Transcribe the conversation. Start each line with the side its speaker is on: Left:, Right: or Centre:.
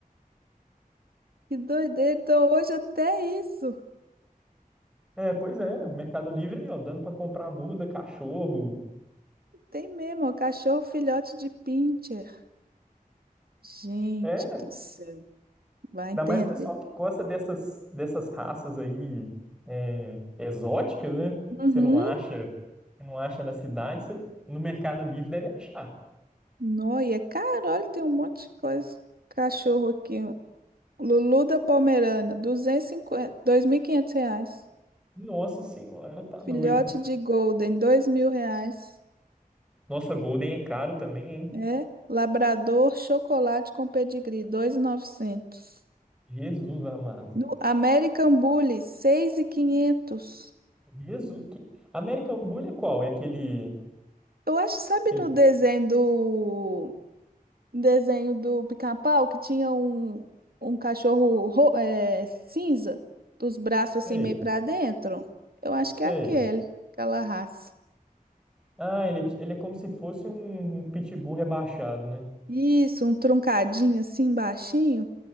Right: Que doideira. Então hoje até isso.
Centre: É, pois é, o Mercado Livre aí, ó, dando pra comprar muda, cachorro.
Right: Tem mesmo, ó, cachorro filhote de pincher. Gente
Centre: É,
Right: do céu. Vai entender.
Centre: ainda mais pessoal que gosta dessas, dessas raças aí é, exóticas, né?
Right: Uhum.
Centre: Que você não acha, você não acha na cidade, você no Mercado Livre deve achar.
Right: Nó, e é caro, olha, tem um monte de coisa. Cachorro aqui, um Lulu da Pomerana, 250, quinhentos reais.
Centre: Nossa senhora, tá
Right: Filhote
Centre: doido.
Right: de Golden, 2.000 reais.
Centre: Nossa, Golden é caro também, hein?
Right: É, Labrador Chocolate com Pedigree, 2.900
Centre: Jesus amado.
Right: do American Bully, seis mil e quinhentos
Centre: Jesus. que- American Bull é qual? É aquele,
Right: Eu acho, sabe
Centre: aquele...
Right: no desenho do desenho do Pica-Pau que tinha um, um cachorro ro- é, cinza, dos braços assim
Centre: Sei,
Right: meio pra dentro. Eu acho que
Centre: sei.
Right: é aquele, aquela raça.
Centre: Ah, ele, ele é como se fosse um, um pitbull rebaixado, né?
Right: Isso, um truncadinho assim baixinho.